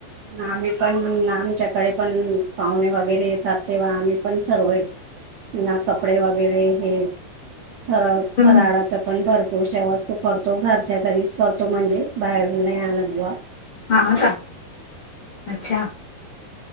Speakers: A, on the right; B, on the left.
A: आम्ही पण आमच्याकडे पण पाहुणे वगैरे येतात. तेव्हा आम्ही पण सर्व ना कपडे वगैरे हे सर्व
B: हम्म
A: फराळ वगैरे पण भरपूरशा वस्तू करतो. घरच्या घरीच करतो. म्हणजे बाहेरून नाही आणत बा
B: हां का अच्छा